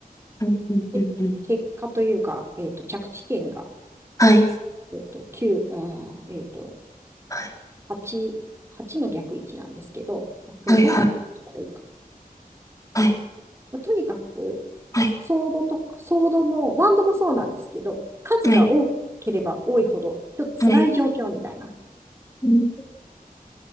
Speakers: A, on the left; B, on the right.
A: うん、うん、
B: で結果というか、
A: うん。うん
B: えっと、着地点が、
A: はい、
B: えっと、9、あーえっと、
A: はい、
B: 8、8の逆位置なんですけど、これどう説明したらいいか
A: はい、はい、はい、
B: な。とにかく、
A: はい、
B: ソードと、ソードも、ワンドもそうなんですけど、数が多ければ多いほど、
A: はい、
B: ちょっと辛い状況みたいな。
A: はい。うん、